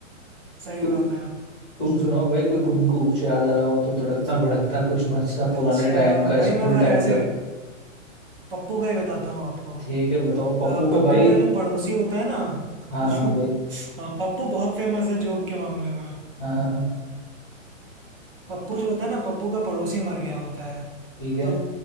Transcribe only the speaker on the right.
सही
बात है
अच्छा
भाई
मैं
फिर ऐसे
पप्पू का ही बताता हूँ आपको
अ,
पप्पू
का जो पड़ोसी होता है ना <laughs>
अ, पप्पू बहुत फेमस है जोक के मामले में
पप्पू जो होता है ना पप्पू का पड़ोसी मर गया होता है।
तो